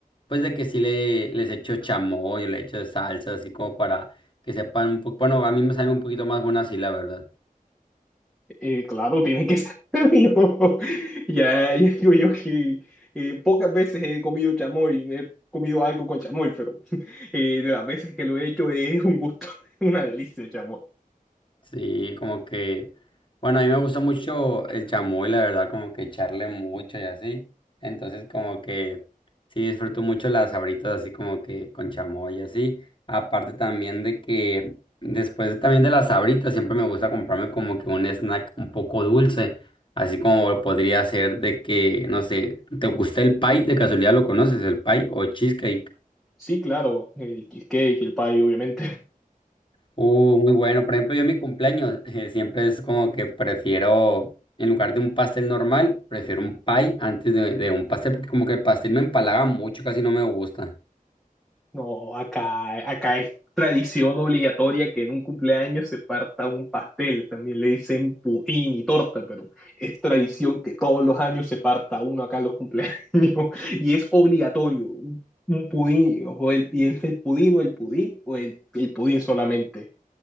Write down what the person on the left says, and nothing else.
pues de que sí le, les echo chamoy, o le echo salsa, así como para que sepan, un po- bueno, a mí me salen un poquito más buenas así, la verdad.
Sí, como que, bueno, a mí me gusta mucho el chamoy, la verdad, como que echarle mucho y así. Entonces, como que sí disfruto mucho las sabritas así como que con chamoy y así. Aparte también de que después también de las sabritas siempre me gusta comprarme como que un snack un poco dulce, así como podría ser de que, no sé, ¿te gusta el pie? De casualidad lo conoces, el pie o cheesecake.
Uh, muy bueno. Por ejemplo, yo en mi cumpleaños eh, siempre es como que prefiero, en lugar de un pastel normal, prefiero un pie antes de, de un pastel, porque como que el pastel me empalaga mucho, casi no me gusta.